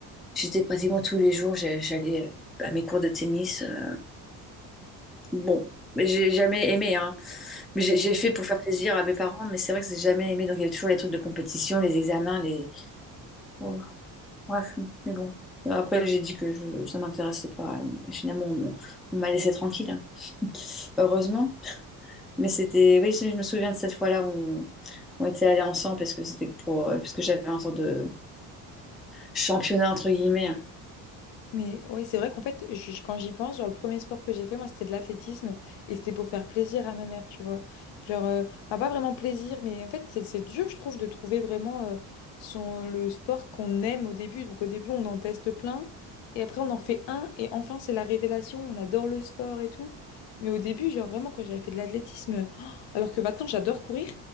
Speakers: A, in the centre; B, on the left.
A: j'étais pratiquement tous les jours, j'ai- j'allais euh, à mes cours de tennis. euh. Bon, mais j'ai jamais aimé, hein. Mais J'ai j'ai fait pour faire plaisir à mes parents, mais c'est vrai que j'ai jamais aimé. Donc, il y avait toujours les trucs de compétition, les examens, les. Bon, bref, mais bon. Après, j'ai dit que je, ça m'intéressait pas. Et finalement, on, on m'a laissé tranquille. <laughs> Heureusement. Mais c'était, oui, je je me souviens de cette fois-là où on, on était allés ensemble parce que c'était pour, euh, parce que j'avais un sorte de championnat entre guillemets.
B: Mais ouais, c'est vrai qu'en fait, je- quand j'y pense, genre le premier sport que j'ai fait, moi, c'était de l'athlétisme et c'était pour faire plaisir à ma mère, tu vois. Genre, euh, enfin, pas vraiment plaisir, mais en fait, c'est c'est dur, je trouve, de trouver vraiment euh, son, le sport qu'on aime au début. Donc, au début, on en teste plein et après, on en fait un et enfin, c'est la révélation, on adore le sport et tout. Mais au début, genre vraiment, quand j'avais fait de l'athlétisme, oh, alors que maintenant, j'adore courir,